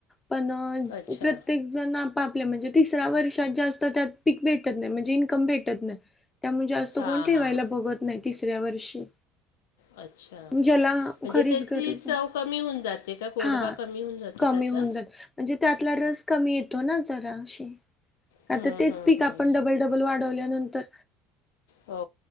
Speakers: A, on the left (about 20°); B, on the left (about 75°).
A: पण
B: अच्छा.
A: प्रत्येक -- जण आपापल म्हणजे तिसऱ्या वर्षात जास्त त्यात पीक भेटत नाही म्हणजे इन्कम भेटत नाही. त्यामुळं जास्त
B: हां,
A: कोण ठेवायला
B: हां.
A: बघत नाही तिसऱ्या वर्षी.
B: अच्छा!
A: ज्याला
B: <inaudible> म्हणजे
A: खरीच
B: त्याची
A: गरज
B: चव
A: आहे
B: कमी होऊन जाते का गोडबा
A: हा
B: कमी होऊन जातो
A: कमी
B: त्याचा
A: होऊन जाईल म्हणजे त्यातला रस कमी येतो ना जरा अे
B: हं,
A: आता तेच
B: हं,
A: पीक
B: हं.
A: आपण डबल, डबल वाढवल्यानंतर
B: हो